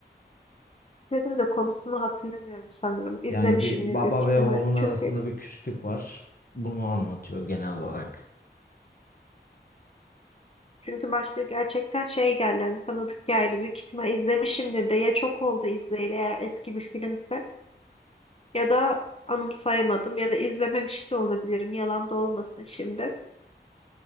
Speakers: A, on the left; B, on the left.
A: İzledim de konusunu hatırlamıyorum sanırım. İzlemişimdir
B: Yani bir baba
A: büyük ihtimal.
B: ve oğlun arasında
A: Çünkü
B: bir küslük var. Bunu anlatıyor genel olarak.
A: çünkü başta gerçekten şey geldi hani tanıdık geldi büyük ihtimal izlemişimdir de ya çok oldu izleyeli eğer eski bir filmse Ya da anımsayamadım ya da izlememiş de olabilirim. Yalan da olmasın şimdi.